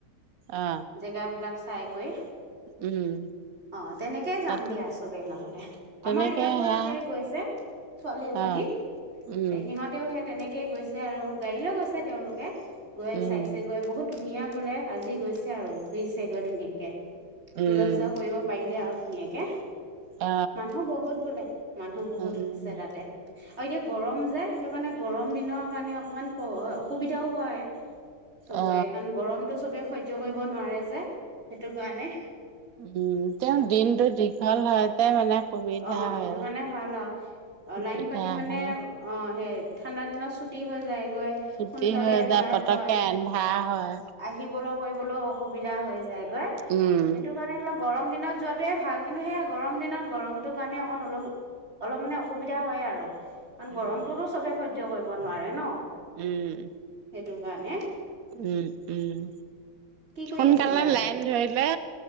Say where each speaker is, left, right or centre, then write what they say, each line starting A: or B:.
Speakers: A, on the right (about 70°); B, on the right (about 30°).
A: অ
B: জেগা বিলাক চাই কয়ি
A: উম
B: অ', তেনেকেই যাম
A: তাতে
B: দিয়া চবেই নহ'লে
A: তেনেকে
B: আমাৰ ইয়াৰ পৰা
A: সেয়া
B: সেই গৈছে ছোৱালী এজনী
A: অ
B: এ,
A: উম
B: সিহঁতেও তেনেকেই গৈছে আৰু গাড়ী লৈ গৈছে তেওঁলোকে গৈ
A: উম
B: চাইছে গৈ বহুত ধুনীয়া বোলে আজি গৈছে আৰু ঘূৰিছে গৈ ধুনীয়াকে পূজা
A: উম।
B: চূজা কৰিব পাৰিলে আৰু ধুনীয়াকে
A: অ
B: মানুহ বহুত বোলে। মানুহ বহুত
A: উম
B: আছে তাতে। আৰু এতিয়া গৰম যে, সেইটো কাৰণে গৰম দিনৰ কাৰণে অকমান প, অসুবিধাও হয় চবয়ে
A: অ
B: কাৰণ গৰমটো চবে সহ্য কৰিব নোৱাৰে যে, সেইটো কাৰণে
A: উম। তেওঁ দিনটো দীঘল হয় তে মানে সুবিধা
B: অ'
A: হয়
B: সেইটো কাৰণে ভাল আৰু অ'
A: সুবিধা
B: লাইন পাতি মানে
A: হয়
B: অ' সেই ঠাণ্ডা দিনত ছুটি হৈ যায়। গৈ
A: ছুটি
B: সোনকালে
A: হৈ
B: এন্ধাৰ
A: যায় পতককে
B: হয়।
A: এন্ধাৰ হয়।
B: আহিবলৈ কৰিবলৈ অসুবিধা হৈ যায়।
A: উম।
B: সেইটো কাৰণে অলপ গৰম দিনত যোৱাটোৱে ভাল। কিন্তু সেয়া গৰম দিনত গৰম সেইটো কাৰণে অকন, অলপ মানে অসুবিধা হয় আৰু কাৰণ
A: উম,
B: গৰমটোতো চবেই সহ্য সহ্য কৰিব নোৱাৰে ন?
A: উম।
B: সেইটো কাৰণে
A: উম, উম।
B: কি কৰি
A: সোনকালে
B: আছিলা
A: লাইন ধৰিলে